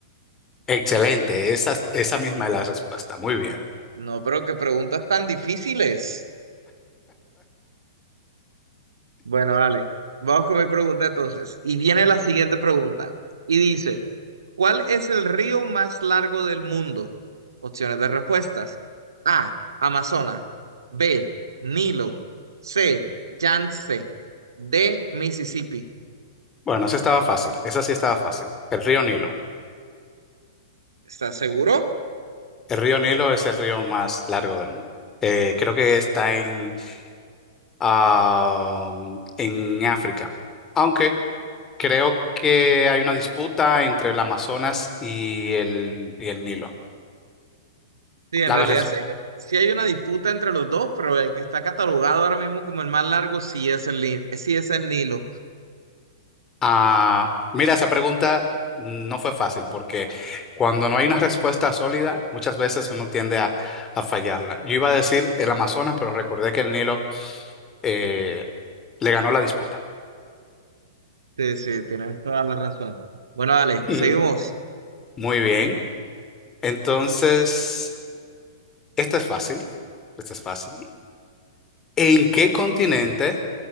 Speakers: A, on the left (about 20°); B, on the right (about 85°).
A: Excelente, esa, esa misma es la respuesta. Muy bien.
B: No, pero qué preguntas tan difíciles. Bueno, dale, vamos con mi pregunta entonces. Y viene la siguiente pregunta. Y dice, ¿cuál es el río más largo del mundo? Opciones de respuestas. A, Amazonas. B, Nilo. C, Yangtze. D, Mississippi.
A: Bueno, esa estaba fácil, esa sí estaba fácil. El río Nilo.
B: ¿Estás seguro?
A: El río Nilo es el río más largo del mundo. Eh, creo que está en, ah, en África, aunque creo que hay una disputa entre el Amazonas y el, y el Nilo.
B: Sí, en
A: La,
B: realidad
A: res-
B: sí, sí hay una disputa entre los dos, pero el que está catalogado ahora mismo como el más largo sí es el, Ni- sí es el Nilo.
A: Ah, mira, esa pregunta no fue fácil porque cuando no hay una respuesta sólida, muchas veces uno tiende a, a fallarla. Yo iba a decir el Amazonas, pero recordé que el Nilo eh, le ganó la disputa.
B: Sí, sí, tienes toda la razón. Bueno, dale,
A: Ujú.
B: seguimos.
A: Muy bien. Entonces, esta es fácil. Esta es fácil. ¿En qué continente